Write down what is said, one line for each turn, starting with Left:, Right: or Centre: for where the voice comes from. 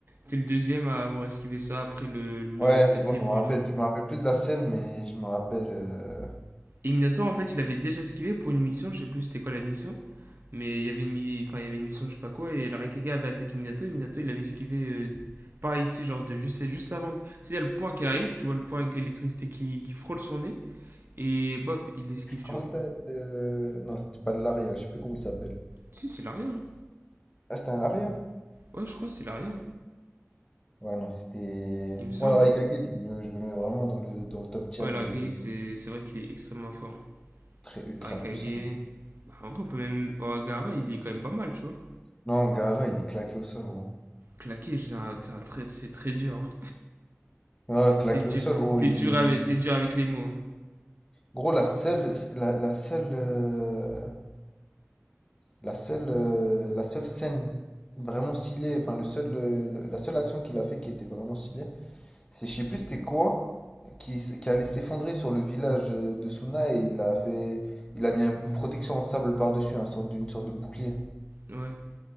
Right: t'es le deuxième à avoir esquivé ça après le, le
Left: Ouais, c'est
Right: quatrième
Left: bon, je me
Right: du
Left: rappelle.
Right: nom.
Left: Je me rappelle plus de la scène, mais je me rappelle. euh,
Right: Et Minato, en fait, il avait déjà esquivé pour une mission, je sais plus c'était quoi la mission. Mais il y avait une, mi- enfin, il y avait une mission, je sais pas quoi, et le Raikage avait attaqué Minato, et Minato, il avait esquivé. euh, pareil, tu sais, genre, de juste, c'est juste avant. C'est y a le point qui arrive, tu vois, le point avec l'électricité qui, qui frôle son nez, et bop, il l'esquive,
Left: Comment
Right: tu vois.
Left: il s'appelle euh, Non, c'était pas de l'aria, je sais plus comment il s'appelle.
Right: Si, c'est l'arrière. hein.
Left: Ah, c'était un l'aria?
Right: Ouais, je crois, que c'est l'arrière.
Left: Ouais, non, c'était.
Right: Il me semble.
Left: Moi, le Raikage,
Right: hein.
Left: je, le je le mets vraiment dans le, dans le top tier
Right: Ouais,
Left: des,
Right: le Raikage,
Left: des
Right: c'est c'est vrai qu'il est extrêmement fort. hein.
Left: très ultra
Right: Le Raikage.
Left: puissants.
Right: bah, en vrai, on peut même. Bah, Gaara, il est quand même pas mal, tu vois.
Left: Non, Gaara, il est claqué au sol, gros.
Right: Claquer, c'est un- c'est un très- c'est très dur. hein.
Left: Ah, claqué
Right: T'es dur,
Left: au sol, gros.
Right: t'es
Left: Il...
Right: dur, avec, t'es dur avec les mots. hein.
Left: Gros, la seule, la, la seule, euh, La seule, euh, la seule scène vraiment stylée, enfin le seul, euh, le- la seule action qu'il a fait qui était vraiment stylée, c'est je sais plus c'était quoi qui, s- qui allait s'effondrer sur le village euh, de Suna et il a fait, il a mis un- une protection en sable par-dessus, un sorte de- une sorte de bouclier.
Right: Ouais.